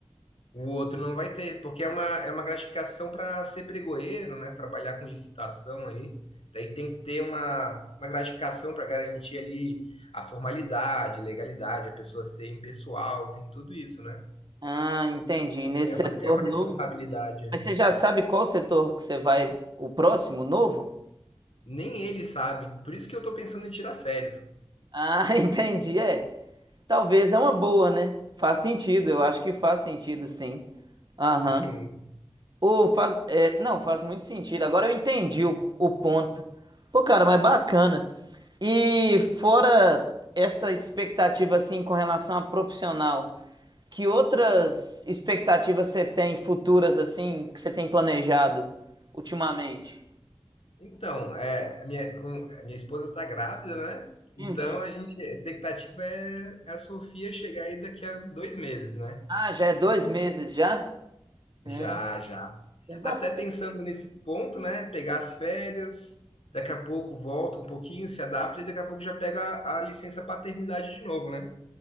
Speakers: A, on the left (about 85°); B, on the right (about 50°).
A: O outro não vai ter, porque é uma, é uma gratificação para ser pregoeiro, né? Trabalhar com licitação aí. Daí tem que ter uma, uma gratificação para garantir ali a formalidade, legalidade, a pessoa ser impessoal, tem tudo isso, né?
B: Ah, entendi. Nesse
A: É uma,
B: setor
A: é uma
B: novo.
A: responsabilidade.
B: Mas você já sabe qual setor que você vai, o próximo novo?
A: Nem ele sabe. Por isso que eu tô pensando em tirar férias.
B: Ah, <laughs> entendi. É. Talvez é uma boa, né? Faz sentido, eu acho que faz sentido, sim. Aham.
A: <laughs>
B: Ô, faz, é, não, faz muito sentido. Agora eu entendi o, o ponto. Pô, cara, mas bacana. E fora essa expectativa, assim, com relação a profissional, que outras expectativas você tem futuras, assim, que você tem planejado ultimamente?
A: Então, é, a minha, com- a minha esposa tá grávida, né? Então
B: Uhum.
A: a gente, a expectativa é é a Sofia chegar aí daqui a dois meses, né?
B: Ah, já é dois meses já? Hum,
A: Já, já.
B: dá
A: Até pensando nesse ponto, né? Pegar as férias, daqui a pouco volta um pouquinho, se adapta e daqui a pouco já pega a a licença paternidade de novo, né?